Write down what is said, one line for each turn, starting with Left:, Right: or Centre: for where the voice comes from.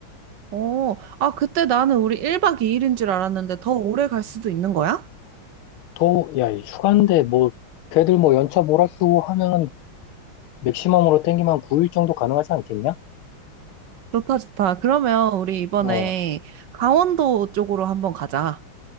Right: 어, 아, 그때 나는 우리 1박 2일인 줄 알았는데 더 오래 갈 수도 있는 거야?
Left: 토, 야, 이 휴가인데 뭐 걔들 뭐 연차 몰아쓰고 하면은 맥시멈으로 땡기면 9일 정도 가능하지 않겠냐?
Right: 좋다, 좋다. 그러면 우리 이번에
Left: 어,
Right: 강원도 쪽으로 한번 가자.